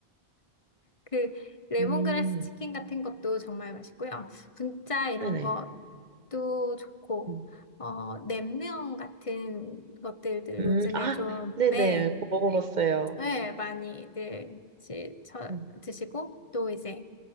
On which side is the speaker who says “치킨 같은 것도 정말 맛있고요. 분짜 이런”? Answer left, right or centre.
Left